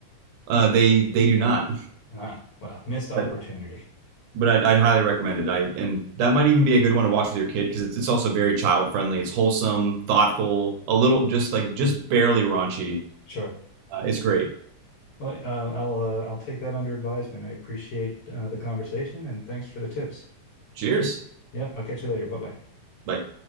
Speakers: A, on the right; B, on the left.
A: uh, they they do not,
B: Ah, well, missed opportunity.
A: but but I'd, I'd highly recommend it. I and that might even be a good one to watch with your kid because it's it's also very child friendly. It's wholesome, thoughtful, a little just like just barely raunchy.
B: Sure.
A: Uh, it's great.
B: Well, uh, I'll uh, I'll take that under advisement. I appreciate uh, the conversation and thanks for the tips.
A: Cheers.
B: Yeah, I'll catch you later. Bye bye.
A: Bye.